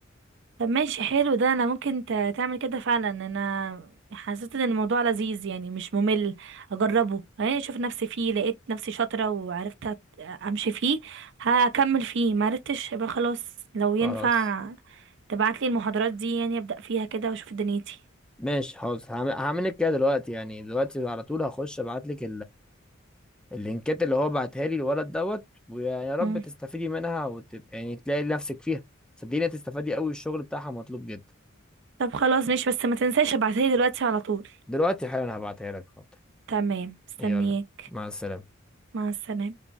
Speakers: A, on the right; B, in the centre.
A: طب ماشي حلو ده انا ممكن ت- تعمل كده فعلا انا حسيت ان الموضوع لذيذ يعني مش ممل اجربه اهي اشوف نفسي فيه لقيت نفسي شاطرة وعرفت أت- امشي فيه هكمل فيه ما عرفتش يبقى خلاص لو ينفع
B: خلاص
A: تبعت لي المحاضرات دي يعني ابدا فيها كده واشوف دنيتي
B: ماشي حاضر هعمل هعمل لك كده دلوقتي يعني دلوقتي على طول هخش ابعت لك اللينكات اللي هو بعتها لي الولد دوت ويا رب
A: مم.
B: تستفيدي منها وتبقى يعني تلاقي نفسك فيها صدقيني هتستفادي قوي الشغل بتاعها مطلوب جدا
A: طب خلاص ماشي بس ما تنساش ابعتها لي دلوقتي على طول
B: دلوقتي حالا هبعتها لك حاضر
A: تمام مستنياك
B: يلا مع السلامة
A: مع السلامة